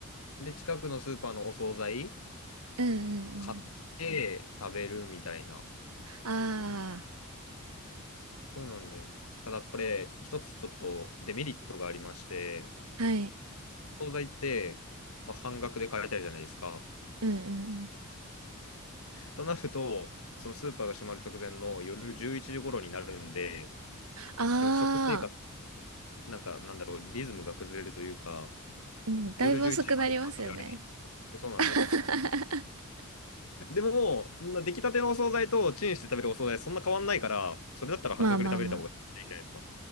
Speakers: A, on the left (about 80°); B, on the right (about 85°).
A: で、近くのスーパーのお惣菜
B: うんうんうん。
A: 買って食べるみたいな。
B: あ
A: そうなんです。ただこれ、一つちょっとデメリットがありまして、
B: あ、はい。
A: お惣菜って、まあ、半額で買えたいじゃないですか。
B: うんうんうん。
A: となると、そのスーパーが閉まる直前の夜11時頃になるんで、
B: ああ、
A: なんか食生活、なんかなんだろう、リズムが崩れるというか、
B: うん、だいぶ遅くなりますよね。
A: 夜11時までご飯食べられない。そうなんです。
B: <laughs>
A: <laughs> でも、そんな出来たてのお惣菜とチンして食べるお惣菜、そんな変わんないから、それだったら半額で食べれた方がいいじゃないですか。
B: まあまあまあ。